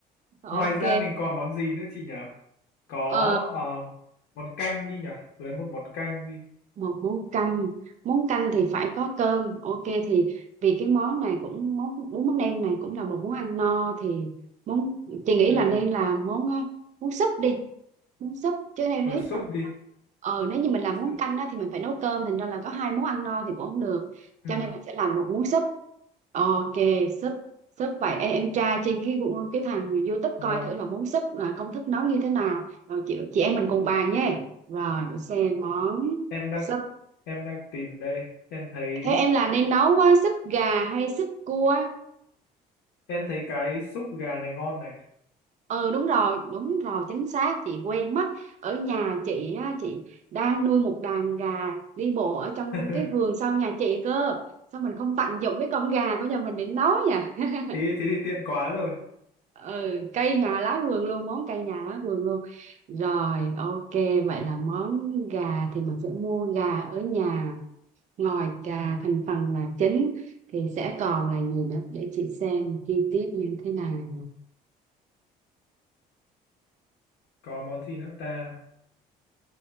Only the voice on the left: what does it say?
ngoài ra mình còn món gì nữa chị nhỉ có
ờ, món canh đi nhỉ lấy một món canh đi
ừ.
ở
súp
đi.
Súp.
Ừ,
vâng.
Em đang
em đang tìm đây. Em thấy
em thấy cái súp gà này ngon này.
<laughs>
Thế thế thì tiện quá rồi.
Ừ,
có món gì nữa ta?